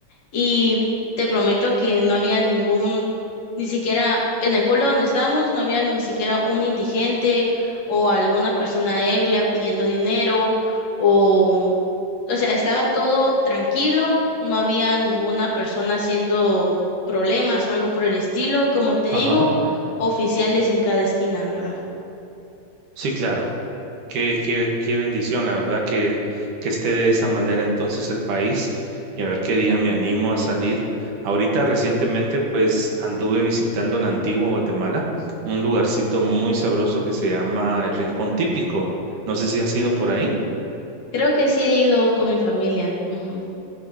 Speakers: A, on the left; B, on the right.
A: Y te prometo que no había ningún, ni siquiera en el pueblo donde estábamos, no había ni siquiera un indigente o alguna persona ebria pidiendo dinero o, o sea, estaba todo tranquilo, no había ninguna persona haciendo problemas o algo por el estilo y como te digo,
B: ajá.
A: oficiales en cada esquina, ¿verdad?
B: Sí, claro. Qué, qué, qué bendición, la verdad, que, que esté de esa manera entonces el país y a ver qué día me animo a salir. Ahorita recientemente pues anduve visitando la antigua Guatemala, un lugarcito muy sabroso que se llama el Rincón Típico. No sé si has ido por ahí.
A: Creo que sí he ido con mi familia. Ujú,